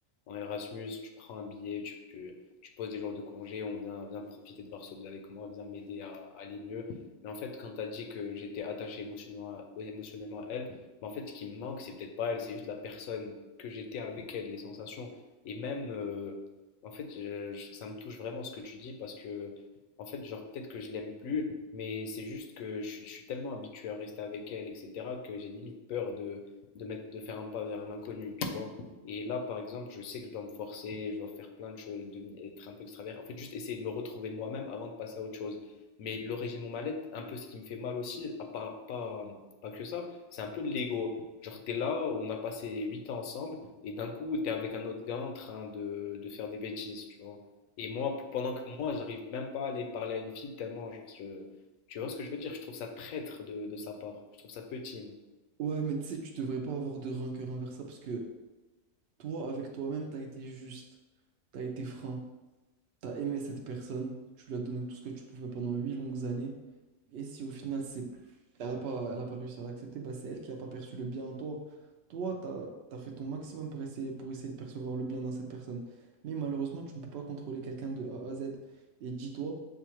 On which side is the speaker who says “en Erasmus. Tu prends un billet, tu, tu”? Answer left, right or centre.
Left